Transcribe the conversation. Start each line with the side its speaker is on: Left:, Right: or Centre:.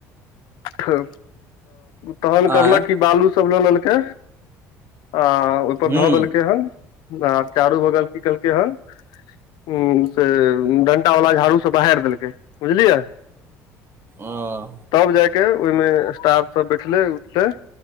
Left: तऽ तहन करलक
Right: आँय
Left: कि बालू सब लऽ लेलकै आ ओपर
Right: हूँ
Left: धऽ देलकै हन आ चारू बगल की केलकै हेन उ से डंटा वाला झाड़ू से बहारि देलकै बुझलियै
Right: अं
Left: तब जायके ओहिमे स्टाफ सब बैठले उठले